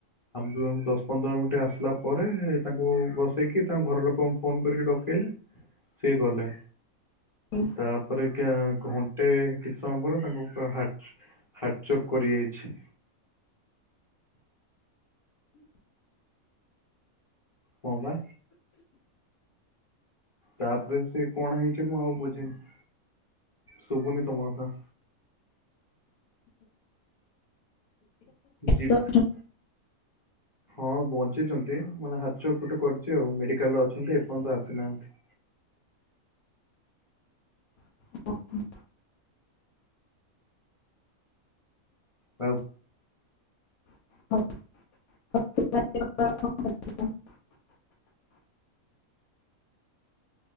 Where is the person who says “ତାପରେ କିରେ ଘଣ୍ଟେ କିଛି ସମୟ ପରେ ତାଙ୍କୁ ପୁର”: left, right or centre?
Left